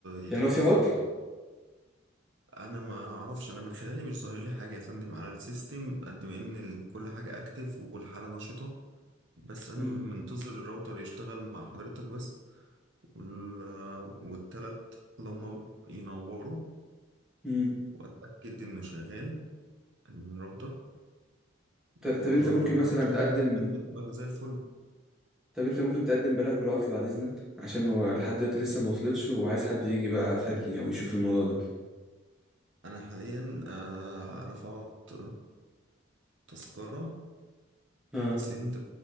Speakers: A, on the right; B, in the centre.
A: يتأخر
B: يعني هو في عطل
A: أنا ما أعرفش أنا من خلالي مش ظاهر لي حاجة يا فندم على السيستم قد ما إن ال- كل حاجة أكتف والحالة نشطة بس انا
B: مم.
A: منتظر الراوتر يشتغل مع حضرتك بس وال- والتلات اللي هم ينوروا
B: مم.
A: واتاكد انه شغال الراوتر
B: ط-
A: وان
B: طب انت ممكن مثلا
A: شاء
B: تقدم
A: الله الخدمه تبقى زي الفل
B: طب انت ممكن تقدم بلاغ بالعطل بعد اذنك عشان هو لحد دلوقتي لسه ما وصلتش وعايز حد يجي بقى فني او يشوف الموضوع ده
A: انا حاليا آه، رفعت تذكره
B: اه
A: سند